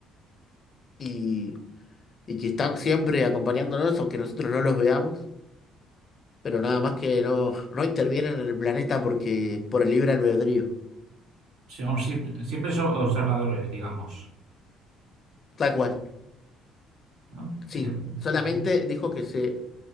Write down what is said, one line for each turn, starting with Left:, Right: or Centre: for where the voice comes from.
Left: y, y que están siempre acompañándonos, aunque nosotros no los veamos. pero nada más que no, no intervienen en el planeta porque por el libre albedrío.
Right: Sí, vamos, siempre, siempre son observadores, digamos.
Left: Tal cual.
Right: ¿no?
Left: Sí,
Right: Mira,
Left: solamente
Right: pues bien.
Left: dijo que se,